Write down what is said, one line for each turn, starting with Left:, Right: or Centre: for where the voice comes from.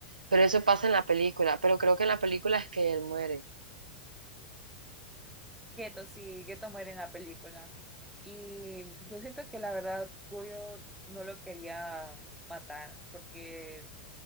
Right: Pero eso pasa en la película, pero creo que en la película es que él muere.
Centre: Gueto, sí, Gueto muere en la película. Y yo siento que la verdad Goyo no lo quería matar, porque